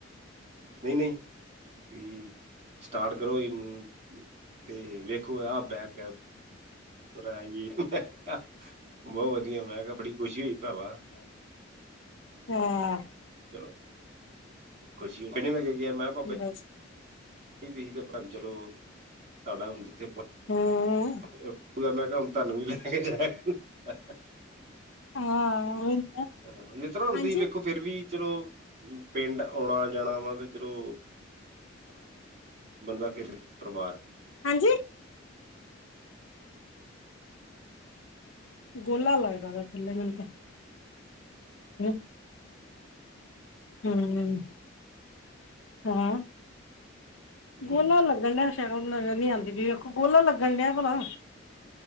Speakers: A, on the right; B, on the left.
A: ਨਹੀਂ-ਨਹੀ ਤੁਹੀ ਸਟਾਰਟ ਕਰੋ ਇਹਨੂੰ ਤੇ ਵੇਖੋ <unintelligible> ਬਹੁਤ ਵਧੀਆ ਮੈਂ ਕਿਹਾ ਬੜੀ ਖੁਸ਼ੀ ਹੋਈ ਭਰਾਵਾ।
B: <unintelligible>
A: ਚਲੋ ਖੁਸ਼ੀ ਹੇ ਪੇਹਲੇ ਕੇ ਗਿਆ ਮੈਂ ਕਿਹਾ ਪਾਪਾ
B: <unintelligible>
A: <unintelligible> ਭਾਵੇ ਚਲੋ ਤੁਹਾਡਾ ਹੁਣ ਜਿੱਥੇ
B: <unintelligible>
A: <unintelligible> ਮੈਂ ਕਿਹਾ ਹੁਣ ਤੁਹਾਨੂੰ ਵੀ ਲੈ ਜਾਇਆ ਕਰੋ <inaudible> <inaudible>
B: ਹਾਂ ਉਹੀ ਨਾ
A: ਨਹੀਂ ਤਾਂ ਤੁਹੀ
B: ਹਾਂਜੀ,
A: ਵੇਖੋ ਫੇਰ ਵੀ ਚਲੋ ਪਿੰਡ ਆਉਣਾ ਜਾਣਾ ਵਾ ਤੇ ਚਲੋ ਬੰਦਾ <unintelligible> ਪਰਿਵਾਰ
B: ਹਾਂਜੀ। ਗੋਲਾ ਲੱਗਦਾ ਥੱਲੇ ਮੈਨੂੰ ਤਾਂ <inaudible> ਹੂੰ ਹਾਂ
A: ਹੂੰ।
B: ਗੋਲਾ ਲੱਗਣ ਡਿਆ ਸੀ ਸ਼ਕਲ ਨਜਰ ਨਹੀਂ ਆਂਦੀ ਪਈ ਗੋਲਾ ਲੱਗਣ ਡਿਆ ਭਲਾ